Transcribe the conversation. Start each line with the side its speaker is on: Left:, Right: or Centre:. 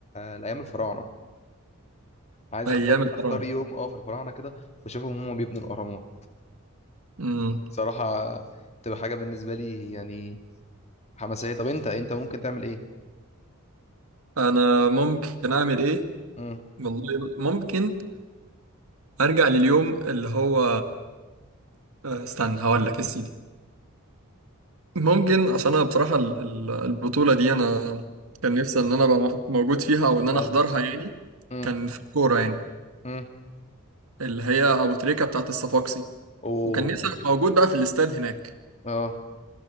Left: لايام الفراعنه عايز
Right: أيام
Left: اختار
Right: الحرام
Left: اختار يوم اه في الفراعنه كده واشوفهم هم بيبنوا الاهرامات
Right: امم
Left: صراحه تبقى حاجه بالنسبه لي يعني حماسيه طب انت انت ممكن تعمل ايه
Right: أنا ممكن أعمل إيه؟
Left: امم
Right: والله ممكن ارجع لليوم اللي هو آه، استنى هقول لك يا سيدي ممكن عشان انا بصراحه ال- ال- البطوله دي انا كان نفسي ان انا ابقى مح- موجود فيها او ان انا
Left: اه
Right: احضرها يعني
Left: امم
Right: كان في الكوره يعني
Left: امم
Right: اللي هي ابو تريكه بتاعه الصفاقسي
Left: اوه
Right: وكان نفسي ابقى موجود بقى في الاستاد هناك
Left: اه